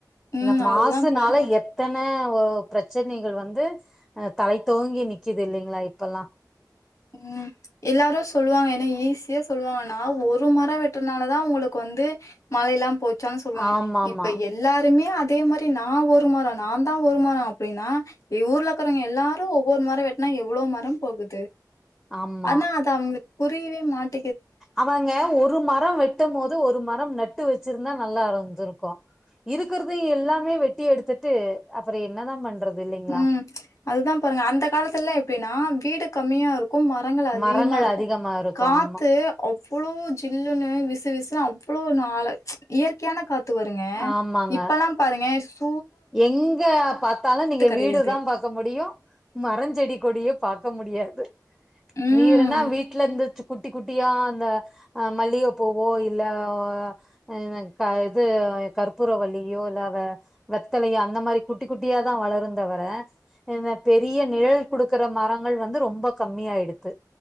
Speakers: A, in the centre; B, on the left.
A: இந்த
B: ம்
A: மாசுனால
B: அதுதா பாருங்க.
A: எத்தன ஓ பிரச்சனைகள் வந்து அ தலை தோங்கி நிக்குது இல்லிங்ளா இப்பல்லா
B: உம் எல்லாரோ சொல்லுவாங்க என ஈஸியா சொல்லுவாங்க நா ஒரு மரம் வெட்டுனாலதா உங்குளுக்கு வந்து மழைலா போ சன சொல்வாங்க
A: ஆமாமா
B: இப்ப எல்லாருமே அ அதே மாரி நா ஒரு மரோ நான்தா ஒரு மரோ அப்டின்னா ஊர்ல இருக்கறவுங்க எல்லாரோ ஒவ்வொரு மரோ வெட்னா எவ்ளோ மரம் போகுது
A: ஆமா
B: அனா அது அவுங்குளுக் புரியவே மாட்
A: அவங்க ஒரு மரொ வெட்டம் போது ஒரு மரம் நட்டு வச் வெச்சுருந்தா நல்லாருந்துருக்கோ இருக்கற்தயு எல்லாமே வெட்டி எடுத்துட்டு அப்பரோ என்னதா பண்றது இல்லைங்களா
B: உம் அதுதா பாருங்க அந்த காலத்துலா எ பினா வீடு கமியா இரு கு மரங்கள் அதீகமா
A: மரங்கள்
B: இருக்கோ
A: அதிகமா இருக்கும்
B: காத்து
A: ஆமா
B: அவ் வுளோ ஜில்லுன்னு விசு விசுன்னு அவ்ளோ நாள ச்ச இயற்கையான காத் த்து வருங்க
A: ஆமாங்க
B: இப்பலா பாருங்க சு
A: எங்க பாத்தாலு நீங்க
B: கெடையாது
A: வீடுதா பாக்க முடியு மரஞ்செடி கொடியு பா க்க முடியாது
B: ம்
A: மீர்னா வீட்ல இந்த சு குட்டி குட்டியா அந்த அ மல்லிகபூவோ இல்ல வ என க இது கற்பூரவள்ளியோ இல்ல அவ வெத்தலய அந்த மாரி குட்டி குட்டியா தா வளருந்தவர இந்த பெரிய நிழல் குடுக்கற மரங்கள் வந்து ரொம்ப கம்மியாயிடுத்து